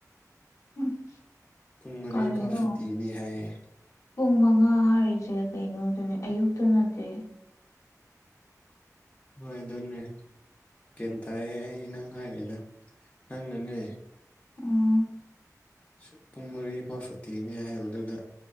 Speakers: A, on the left; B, on the left.
A: ꯎꯝ
B: ꯄꯨꯡ ꯃꯔꯤꯐꯥꯎ
A: ꯀꯔꯤꯅꯣ
B: ꯁꯨꯇꯤꯅꯤ ꯍꯥꯏꯌꯦ
A: ꯄꯨꯡ ꯃꯉꯥ ꯍꯥꯏꯔꯤꯁꯦ ꯀꯩꯅꯣꯗꯨꯅꯦ ꯑꯌꯨꯛꯇꯣ ꯅꯠꯇꯦ
B: ꯍꯣꯏ ꯑꯗꯨꯅꯦ ꯒ꯭ꯌꯥꯟ ꯇꯥꯏꯌꯦ ꯑꯩ ꯅꯪ ꯍꯥꯏꯔꯤꯗꯣ ꯅꯪꯅꯦ
A: ꯑꯥ
B: ꯁꯨꯠ ꯄꯨꯡ ꯃꯔꯤ ꯐꯥꯎ ꯁꯨꯇꯤꯅꯦ ꯍꯥꯏꯕꯗꯨꯗ